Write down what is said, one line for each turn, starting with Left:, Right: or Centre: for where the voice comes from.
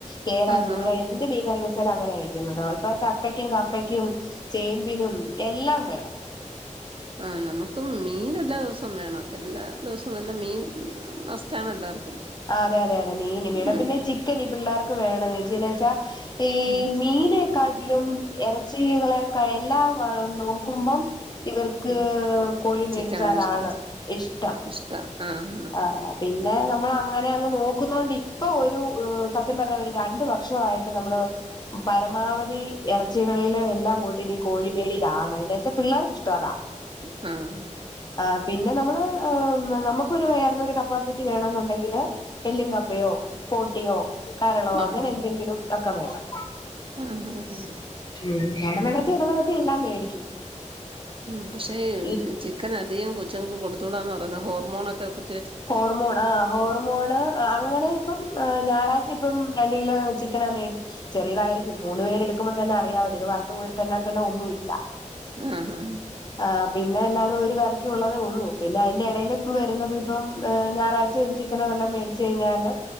Left: കേര
Right: ആഹ്
Left: ചൂര
Right: നമ്മ
Left: എന്തി മീൻകറി വെച്ചാല് അങ്ങനെ വെയ്ക്കുന്നത് ഇപ്പൊ ചക്കയ്ക്കും കപ്പയ്ക്കും ചേമ്പിനും എല്ലാം വേണം
Right: ആഹ് നമുക്കും മീൻ എല്ലാ ദിവസവും വേണം എല്ലാ ദിവസവും എന്നല്ല മീൻ മസ്റ്റാണ് എല്ലാവർക്കും
Left: ആഹ് അതെ അതെ അതെ മീൻ ഇവിടെ
Right: ഉം
Left: പിന്നെ ചിക്കൻ ഈ പിള്ളേർക്ക് വേണം എന്നാന്നു വെച്ചാ ഈ
Right: ഉം
Left: മീന് കാടിലും ഇറച്ചികളാക്കെ എല്ലാം നോക്കുമ്പം ഇവർക്ക്
Right: ഉം
Left: കോഴി മേടിച്ചാലാണ്
Right: ചിക്കനാണ് ഇഷ്ട
Left: ഇഷ്ടം
Right: ഇഷ്ട ആഹ്
Left: ആഹ് പിന്നെ നമ്മള് അങ്ങനെ അങ്ങ് നോക്കുന്ന കൊണ്ട് ഇപ്പൊ ഒരു സത്യം പറഞ്ഞാ ഒരു രണ്ട് വർഷം ആയിട്ട് നമ്മള് പരമാവധി എറച്ചികളിലെ എല്ലാം കൂട്ടി നീ കോഴിമേടിയിലാണ് എന്ന് വെച്ചാൽ പിള്ളേർക്ക് ഇഷ്ടം അതാ
Right: ഉംഹ്
Left: ആഹ് പിന്നെ നമ്മള് നമക്ക് ഒരു വേറെ ഒരു കപ്പാസിറ്റി വേണോന്ന് ഒണ്ടെ ല് എല്ലും കപ്പയോ പോട്ടിയോ കരളോ
Right: ഓഹോ
Left: അങ്ങനെ എന്തെങ്കിലും ഒക്കെ വേണം
Right: ആഹ് ആഹ്
Left: ഉം ഇടനെകത്തി ഇടനെകത്തി എല്ലാം മേടിക്കും
Right: ഉം പക്ഷേ
Left: ഈ
Right: ചിക്കൻ അധികം കൊച്ചുങ്ങൾക്ക് കൊടുത്തൂടാന്ന് പറയുന്ന ഹോർമോൺ ഒക്കെ കുത്തി
Left: ഹോർമോണ് ആഹ് ഹോർമോണ് അങ്ങനെ പ്പം ഞായറാഴ്ച ഇപ്പം രണ്ട് കിലോ ചിക്കൻ ഞാൻ മേടി ചെറിയത് ആയിരിക്കും മൂന്ന് പേര് എടുക്കുമ്പൊ തന്നെ അറിയാം ഇത് വറുത്ത് കോരി തന്നെ തന്നെ ഒന്നും ഇല്ല
Right: ഉംഹ്
Left: ആഹ് പിന്നെ എല്ലാരും ഒരു കറിക്ക് ഒള്ളതേ ഒള്ളൂ പിന്നെ അതിന്റെ ഇടേൽ ഇപ്പൊ വരുന്നത് ഇപ്പം ഞായറാഴ്ച ഒരു ചിക്കനോ വെല്ലാം മേടിച്ച് കഴിഞ്ഞാല്